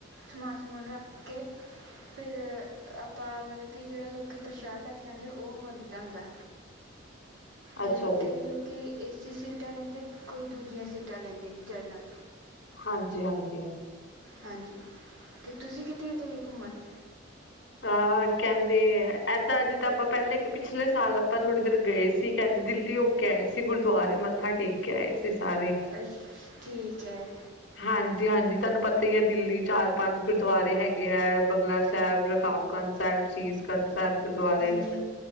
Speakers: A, on the right; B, on the left.
A: ਸਮਾਨ ਸਮੂਨ ਰੱਖ ਕੇ ਫੇਰ ਆਪਾਂ ਮਤਲਬ ਕਿ ਜੇੜੇ ਲੋ ਕੀ ਪ੍ਰਸ਼ਾਦ ਲੈ ਕੇ ਜਾਂਦੇ ਓ ਵੰਡੀ ਦਾ ਹੁੰਦੈ ਤੇ
B: ਅੱਛਾ
A: ਕਈ
B: ਜੀ
A: ਲੋਕ ਕਈ ਏਸੀ ਸੀਟਾ ਲੈਂਦੇ ਕੋਈ ਦੂਜੀਆਂ ਸੀਟਾਂ ਲੈਂਦੇ ਜਰਨਲ।
B: ਹਾਂਜੀ-ਹਾਂਜੀ
A: ਹਾਂਜੀ ਤੇ ਤੁਸੀਂ ਕਿੱਥੇ-ਕਿੱਥੇ ਗਏ ਘੁੰਮਣ?
B: ਆ ਕੈਂਦੇ ਐ ਏਦਾਂ ਜਿੱਦਾਂ ਆਪਾਂ ਪਹਿਲੇ ਕ ਪਿਛਲੇ ਸਾਲ ਆਪਾਂ ਥੋੜ੍ਹੀ ਦੇਰ ਗਏ ਸੀ ਕੈਂਦੇ ਦਿੱਲੀ ਹੋ ਕੇ ਆਏ ਸੀ ਗੁਰਦੁਆਰੇ ਮੱਥਾ ਟੇ ਕ ਆਏ ਸੀ ਸਾਰੇ।
A: ਅੱਛ ਠੀਕ ਹੈ
B: ਹਾਂਜੀ ਹਾਂਜੀ ਤੁਹਾਨੂੰ ਪਤਾ ਈ ਐ ਦਿੱਲੀ ਚਾਰ ਪੰਜ ਗੁਰਦੁਆਰੇ ਹੈਗੇ ਹੈ ਬੰਗਲਾ ਸਾਹਿਬ ਰਕਾਬ ਗੰਜਸਹਿਬ ਸੀਸ ਗੰਜ ਸਾਹਿਬ ਗੁਰਦੁਆਰੇ
A: ਹਾਂਜੀ